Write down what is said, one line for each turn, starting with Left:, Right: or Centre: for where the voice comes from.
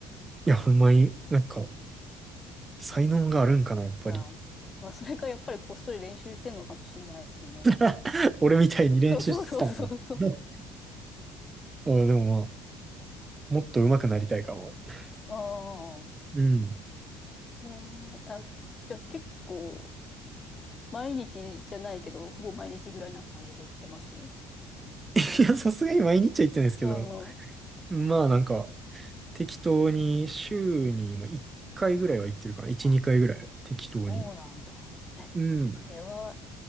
Right: いや、ほんまに、なんか、才能があるんかな、やっぱり。
Left: うん。まあ、それかやっぱりこっそり練習してるのかもしれないですね。
Right: <laughs> 俺みたいに練習してたもん。
Left: そうそうそうそうそう。
Right: <laughs> あでもまあ、もっと上手くなりたいかもって。
Left: ああ。
Right: うん。
Left: えー、あ、じゃあ結構、毎日じゃないけど、ほぼ毎日ぐらいな感じで行ってますう
Right: <laughs> いや、さすがに毎日は行ってないですけど、
Left: ん。
Right: まあなんか、適当に週にまあ1回ぐらいは行ってるかな。1、
Left: あ、
Right: 2回ぐらい。適当に。
Left: そうなんだ。え、
Right: うん。
Left: それは